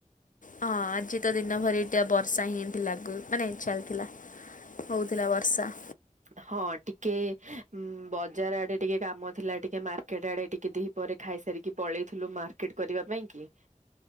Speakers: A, on the left; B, on the right.
A: ହଁ ଆଜି ତ ଦିନ ଭରି ଟା ବର୍ଷା ହିଁ ହେଇଥିଲା କି ମାନେ ଚାଲି ଥିଲା। ହଉଥିଲା ବର୍ଷା।
B: ହଁ ଟିକେ ବଜାର ଆଡେ ଟିକେ କାମ ଥିଲା ଟିକେ ମାର୍କେଟ ଆଡେ ଟିକେ ଦିପ ଖାଇସାରିକି ପଳେଇଥିଲୁ ମାର୍କେଟ କରିବା ପାଇଁ କି।